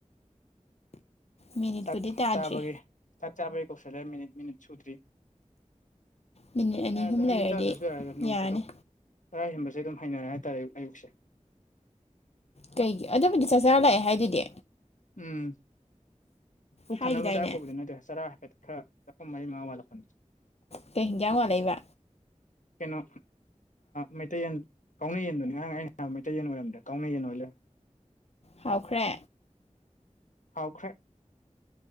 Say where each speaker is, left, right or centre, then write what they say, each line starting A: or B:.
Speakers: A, on the left; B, on the left.
A: ꯃꯤꯅꯤꯠꯄꯨꯗꯤ
B: ꯆꯥꯛ
A: ꯇꯥꯗ꯭ꯔꯤ
B: ꯆꯥꯕꯒꯤ ꯆꯥꯛ ꯆꯥꯕꯒꯤ ꯀꯧꯁꯜꯂꯦ ꯃꯤꯅꯤꯠ ꯃꯤꯅꯤꯠ ꯁꯨꯗ꯭ꯔꯤ
A: ꯃꯤꯅꯤꯠ ꯑꯅꯤ
B: ꯌꯥ
A: ꯑꯍꯨꯝ
B: ꯑꯗꯣ ꯑꯩꯗꯤ
A: ꯂꯩꯔꯗꯤ
B: ꯆꯥꯗ꯭ꯔꯁꯨ ꯌꯥꯔꯒ ꯅꯣꯡ
A: ꯌꯥꯔꯅꯤ
B: ꯐꯗꯣꯛ ꯆꯔꯥꯏ ꯍꯦꯟꯕꯁꯦ ꯑꯗꯨꯝ ꯍꯩꯅꯔꯦ ꯍꯥꯏꯇꯥꯔꯦ ꯑꯛ ꯑꯌꯨꯛꯁꯦ
A: ꯀꯩꯒꯤ ꯑꯗꯨꯕꯨꯗꯤ ꯆꯥꯛ ꯆꯔ ꯂꯥꯛꯑꯦ ꯍꯥꯏꯗꯨꯗꯤ
B: ꯎꯝ ꯄꯨꯛ
A: ꯍꯥꯏꯈꯤꯗꯥꯏꯅꯦ
B: ꯊꯟꯅꯅꯕ ꯆꯥꯔꯛꯄꯕꯨꯗꯤ ꯅꯠꯇꯦ ꯆꯔꯥ ꯍꯥꯏꯐꯦꯠ ꯈꯔ ꯃꯅꯤ ꯃꯥ ꯋꯥꯂ ꯅꯤ
A: ꯀꯩ ꯍꯤꯡ ꯀ꯭ꯌꯥ ꯋꯥꯥꯜꯂꯩꯕ
B: ꯀꯅꯣ ꯃꯩꯇꯩꯌꯦꯟ ꯀꯥꯎꯅ ꯌꯦꯟꯗꯨꯅꯤ ꯉꯔꯥꯡ ꯑꯩꯅ ꯍꯥꯏ ꯃꯩꯇꯩ ꯌꯦꯟ ꯑꯣꯏꯔꯝꯗ ꯀꯥꯎꯅ ꯌꯦꯟ ꯑꯣꯏꯂ
A: ꯍꯥꯎꯈ꯭ꯔꯦ
B: ꯍꯥꯎꯈ꯭ꯔꯦ